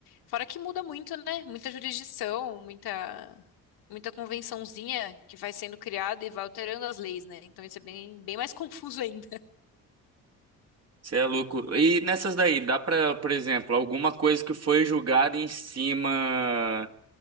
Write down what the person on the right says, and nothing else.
Você é louco. E nessas daí, dá pra, por exemplo, alguma coisa que foi julgada em cima